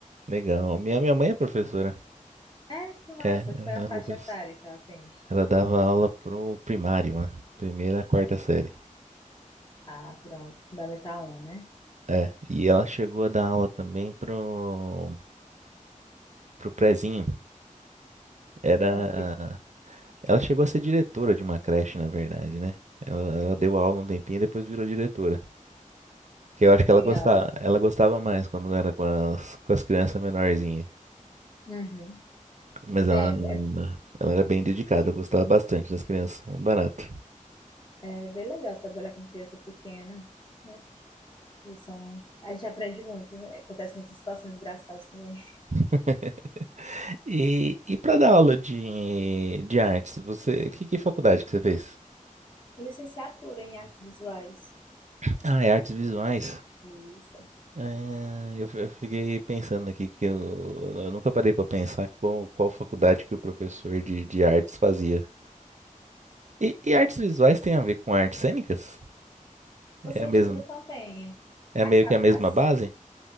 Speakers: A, on the right; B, on the left.
A: legal. Minha, minha mãe é professora.
B: É, que massa.
A: É,
B: Qual é
A: ela,
B: a
A: é
B: faixa
A: profess-
B: etária que ela tem?
A: ela dava aula pro primário, né? Primeira a quarta série.
B: Ah, pronto. Fundamental um né?
A: É, e ela chegou a dar aula também pro, pro prezinho. Era,
B: Pronto, que
A: ela chegou a ser diretora de uma creche, na verdade, né? Ela, ela deu aula um tempinho e depois virou diretora. Que eu acho que
B: legal.
A: ela gostava, ela gostava mais quando era com as, com as crianças menorzinhas.
B: Uhum.
A: Mas ela,
B: É, é
A: ela era bem dedicada, gostava bastante das crianças, um barato.
B: É bem legal trabalhar com criança pequena, né? Eles são... A gente aprende muito, né? Acontece muitas situações engraçadas também.
A: <laughs> E, e para dar aula de, de artes, você, que, que faculdade que você fez?
B: <laughs> Licenciatura em artes visuais.
A: Ah, é artes visuais.
B: Isso.
A: Ah, eu, fi- eu fiquei pensando aqui que eu, eu nunca parei para pensar qual, qual faculdade que o professor de, de artes fazia. E, e artes visuais tem a ver com artes cênicas?
B: Você
A: É a mesma,
B: estuda também.
A: é
B: Acaba...
A: meio que a mesma
B: as-
A: base?